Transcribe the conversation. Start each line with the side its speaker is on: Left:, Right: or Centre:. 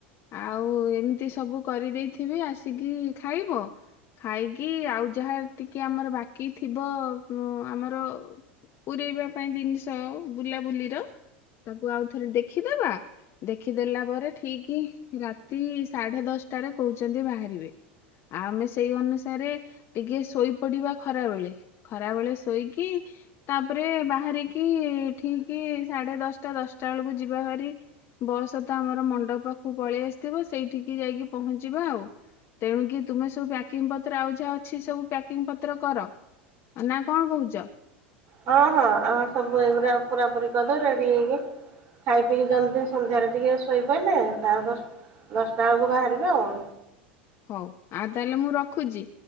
Left: ଆଉ ଏମିତି ସବୁ କରିଦେଇଥିବି ଆସିକି ଖାଇବ ଖାଇକି ଆଉ ଯାହା ଟିକେ ଆମର ବାକି ଥିବ ଆମର ପୂରେଇବା ପାଇଁ ଜିନିଷ ବୁଲାବୁଲି ତାକୁ ଆଉ ଥରେ ଦେଖିଦବା ଦେଖିଦେଲା ପରେ ଠିକ ରାତି ସାଢେ ଦଶଟାରେ କହୁଛନ୍ତି ବାହାରିବେ ଆଉ ଆମେ ସେଇ ଅନୁସାରେ ଟିକେ ଶୋଇପଡିବା ଖରା ବେଳେ ଖରା ବେଳେ ଶୋଇକି ତାପରେ ବାହାରିକି ଠିକ କି ସାଢେ ଦଶଟା ଦଶଟା ବେଳକୁ ଯିବା ଭାରି ବସ ତ ଆମର ମଣ୍ଡପ ପାଖକୁ ପଳେଇ ଆସିଥିବ ସେଇଠିକି ଯାଇକି ପହଞ୍ଚିବା ଆଉ ତେଣୁ କିି ତୁମେ ସବୁ ପ୍ୟାକିଙ୍ଗ ପତ୍ର ଆଉ ଯାହା ଅଛି ସବୁ ପ୍ୟାକିଂ ପତ୍ର କର ନା କଣ କହୁଛ।
Right: ହଁ ହଁ ଆମେ ସବୁ ଏଇଗୁଡା ପୁରା ପୁ କରିଦଉ ରେଡି ହେଇକି ଖାଇ ପିଇି ଜଲ୍ଦି ସନ୍ଧ୍ୟାରେ ଟିକେ ଶୋଇପାରିଲେ ତା ଦଶଟା ବେଳକୁ ବାହାରିବେ ଆଉ
Left: ହଉ ଆଉ ତାହେଲେ ମୁଁ ରଖୁଛି।